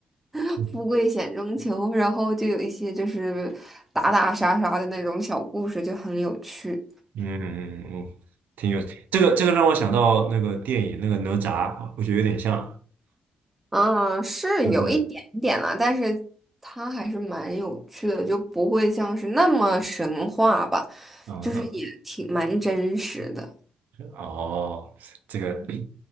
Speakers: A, in the centre; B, on the right.
A: <laughs>
B: 嗯
A: 富贵险中求，然后就有一些就是打打杀杀的那种小故事，就很有趣。
B: 嗯，嗯，挺有这个这个让我想到那个电影那个哪吒，我觉得有点像，
A: 嗯，是有一点点啦，
B: 是不是？
A: 但是它还是蛮有趣的，就不会像是那么神话吧，
B: 嗯
A: 就是也挺蛮真实的。
B: 嗯，哦，这个
A: 嗯，